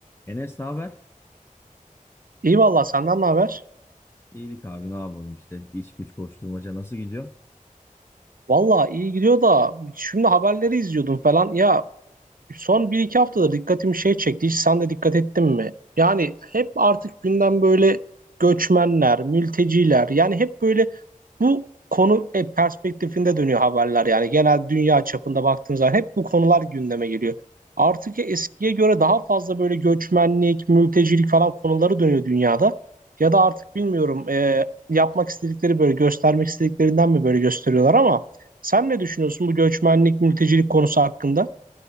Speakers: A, on the left (about 15°); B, on the right (about 85°).
A: Enes ne haber?
B: İyi valla senden ne haber?
A: İyilik abi ne yapalım işte İş güç koşturmaca nasıl gidiyor?
B: Valla iyi gidiyor da şimdi haberleri izliyordum falan. Ya son bir iki haftada dikkatimi şey çekti. Hiç sen de dikkat ettin mi? Yani hep artık gündem böyle göçmenler, mülteciler yani hep böyle bu konu e, perspektifinde dönüyor haberler yani genel dünya çapında baktığın zaman hep bu konular gündeme geliyor. Artık eskiye göre daha fazla böyle göçmenlik, mültecilik falan konuları dönüyor dünyada. Ya da artık bilmiyorum e, yapmak istedikleri böyle göstermek istediklerinden mi böyle gösteriyorlar ama sen ne düşünüyorsun bu göçmenlik, mültecilik konusu hakkında?